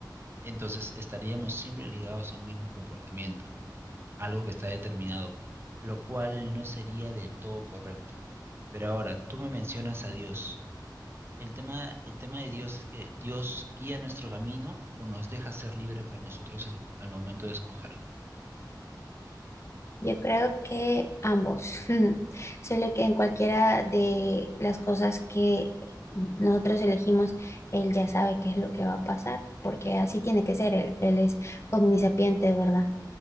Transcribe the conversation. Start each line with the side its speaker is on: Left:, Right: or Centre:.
Right: entonces, estaríamos siempre ligados a un mismo comportamiento, algo que está determinado, lo cual no sería del todo correcto. Pero ahora, tú me mencionas a Dios. El tema, el tema de Dios es que Dios guía nuestro camino o nos deja ser libres para nosotros el- al momento de escoger.
Left: Yo creo que ambos, <laughs> solo que en cualquiera de las cosas que nosotros elegimos, él ya sabe qué es lo que va a pasar, porque así tiene que ser, él, él es omnisapiente, ¿verdad?